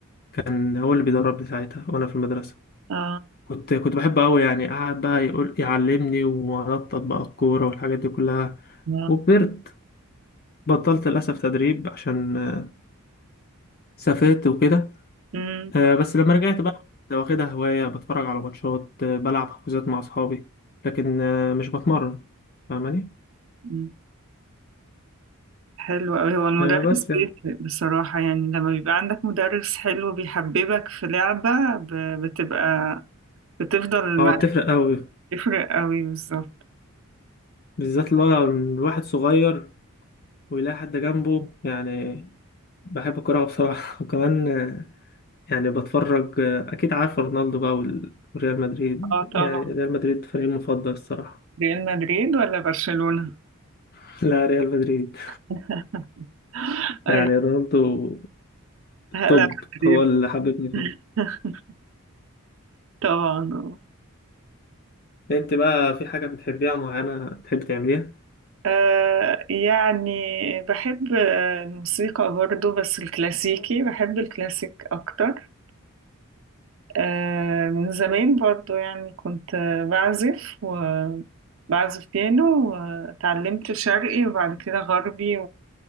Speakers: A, on the left; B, on the right.
A: كان هو اللي بيدربني ساعتها وأنا في المدرسة
B: اه
A: كنت كنت بحبه أوي يعني قعد بقى يقول يعلمني وأنطط بقى الكورة والحاجات دي كلها
B: آه.
A: وكبرت بطلت للأسف تدريب عشان آه، سافرت وكده
B: مم.
A: آه، بس لما رجعت بقى كنت واخدها هواية بتفرج على ماتشات آه، بلعب حجوزات مع أصحابي لكن آه، مش بتمرن فاهماني
B: مم. حلو أوي هو المدرس
A: آه، بس يعني
B: بيفرق بصراحة يعني لما بيبقى عندك مدرس حلو بيحببك في لعبة ب- بتبقى بتفضل
A: هو
B: معاك
A: بتفرق أوي
B: تفرق أوي بالظبط
A: بالذات اللي هو الواحد صغير ويلاقي حد جنبه يعني بحب الكورة بصراحة <laughs> وكمان آه، يعني بتفرج آه، أكيد عارف رونالدو بقى وال- وريال مدريد
B: اه طبعا
A: يعني ريال مدريد فريقي المفضل الصراحة
B: ريال مدريد ولا برشلونة
A: <laughs> لا ريال مدريد
B: <laughs> أيوة
A: يعني رونالدو
B: هلا
A: توب
B: مدريد
A: هو اللي حببني فيها
B: <laughs> طبعا آه
A: أنت بقى في حاجة بتحبيها معينة تحب تعمليها
B: آه، يعني بحب آه، الموسيقى برضو بس الكلاسيكي بحب الكلاسيك أكتر آه، من زمان برضو يعني كنت آه، بعزف وبعزف بيانو وتعلمت شرقي وبعد كده غربي